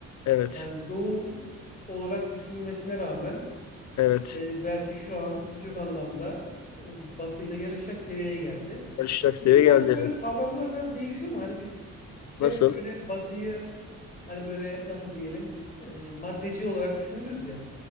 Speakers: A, on the left; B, on the left.
A: evet,
B: Yani Doğu olarak düşünülmesine rağmen
A: evet.
B: E, belki şu an birçok anlamda e, Batı ile yarışacak seviyeye geldi.
A: Karışacak
B: Bir
A: seviye
B: de sanki
A: geldi.
B: böyle
A: evet.
B: kavramlar biraz değişiyor mu? Hani biz hep
A: Nasıl?
B: böyle Batı'yı hani böyle nasıl diyelim e, maddeci olarak düşünürüz ya.